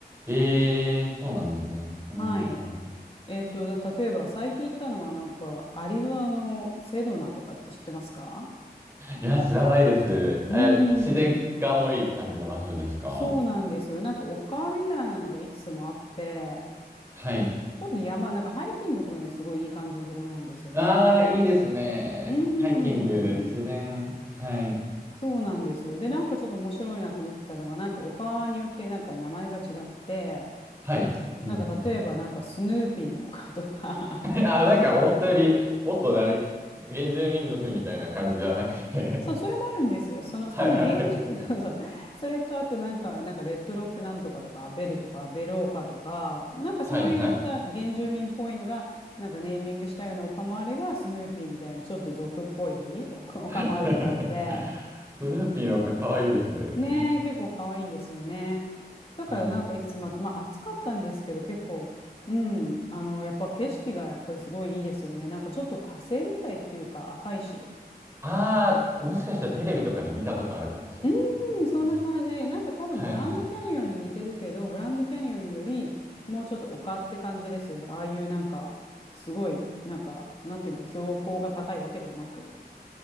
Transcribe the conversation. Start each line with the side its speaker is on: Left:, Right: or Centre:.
Right: ええー、そうなんですね。国内旅行。
Left: はい。えっと、だ例えば最近行ったのはなんか、アリゾナのセドナとかって知ってますか
Right: いや、知らないです。
Left: うー
Right: あ、いや自然が多い感じの場所ですか
Left: ん。そうなんですよ。なんか丘みたいなのがいくつもあって、
Right: はい。
Left: ちょっと山、なんかハイキングとかにはすごいいい感じのところなんですよね。
Right: ああ、いいですね。
Left: うーん。
Right: すハイキング、自然。はい。
Left: そうなんですよ。で、なんかちょっと面白いなと思ったのは、なんか丘によってなんか名前が違って、
Right: はい。うんうん。
Left: なんか例えばなんかスヌーピーの丘とか
Right: <laughs> あー、なんか思ったより、もっとあれ、原住民族みたいな感じじゃなくて <laughs>
Left: そう、それもあるんですよ。その、
Right: はいはい。
Left: 多分芸術、<laughs> そうそう。それと、あとなんか、なんか、レッドロックなんとかとか、ベルとか、ベルオカとか、なんかそういった原住民っぽいのが、
Right: はいはい。
Left: なんかネーミングしたような丘もあれば、スヌーピーみたいな、ちょっと俗っぽい丘丘もあるって感じで、
Right: <laughs> スヌーピーのかわいいですね。
Left: ねえ、結構可愛いんですよね。だからなんかいくつもあって、
Right: はい。
Left: まあ暑かったんですけど、結構、うん、あの、やっぱ景色がやっぱりすごいいいですよね。なんかちょっと火星みたいっていうか、赤いし。
Right: ああ、もしかしたらテレビとかで見たことあるかもしれない
Left: うーん、そんな感じ。
Right: です。
Left: なんか多分グランドキャニオンに似てるけど、
Right: はいはい。
Left: グランドキャニオンよりもうちょっと丘って感じですよね。ああいうなんか、すごい、なんか、なんていうのか、標高が高いわけではなく。